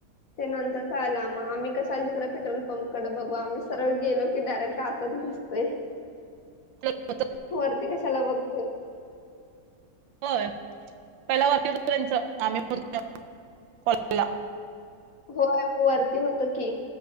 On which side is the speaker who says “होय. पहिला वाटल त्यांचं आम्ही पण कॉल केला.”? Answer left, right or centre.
Right